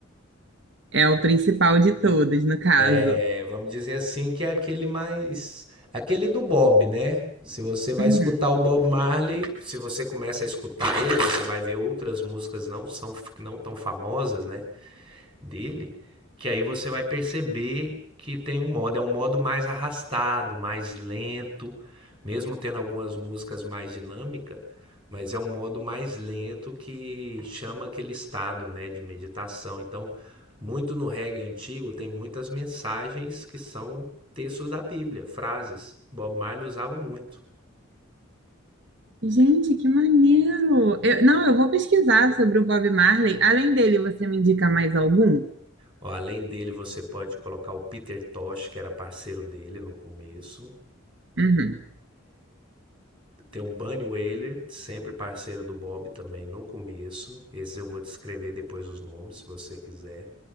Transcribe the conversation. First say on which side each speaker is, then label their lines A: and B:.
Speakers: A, on the right; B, on the right.
A: é o principal de todos, no caso.
B: É, vamos dizer assim que é aquele mais aquele do Bob, né? Se você vai
A: Uhum.
B: escutar o Bob Marley, se você começa a escutar ele, você vai ver outras músicas não são não tão famosas, né? dele, que aí você vai perceber que tem um modo, é um modo mais arrastado, mais lento, mesmo tendo algumas músicas mais dinâmicas, mas é um modo mais lento que chama aquele estado, né, de meditação. Então, muito no reggae antigo tem muitas mensagens que são textos da Bíblia, frases. Bob Marley usava muito.
A: Gente, que maneiro! Eu- não, eu vou pesquisar sobre o Bob Marley. Além dele, você me indica mais algum?
B: Ó, além dele, você pode colocar o Peter Tosh, que era parceiro dele no começo.
A: Uhum.
B: Tem o Bunny Wailer, sempre parceiro do Bob também no começo. Esses eu vou descrever depois os nomes, se você quiser.